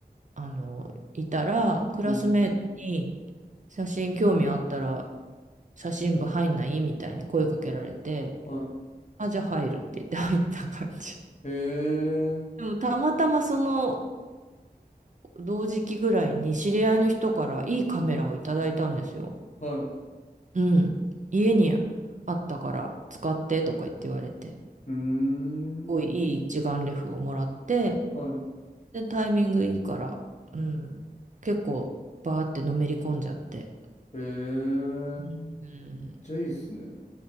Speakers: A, on the right (about 50°); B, on the left (about 45°).
A: あの、いたら、クラスメイトに、
B: うん、
A: 写真興味あったら、写真部入んないみたいに声かけられて、
B: は
A: あ、じゃあ入るって言って入った感じ。
B: い。へえ、
A: でもたまたまその同時期ぐらいに知り合いの人からいいカメラをいただいたんですよ。
B: はい。
A: うん。家にあったから使ってとか言って言われて、す
B: うーん。
A: ごいいい一眼レフをもらって、
B: は
A: で、タイミングいいから、うん。結構バーってのめり込んじゃって。
B: い。へえ。
A: うん。
B: めっちゃいいっすね。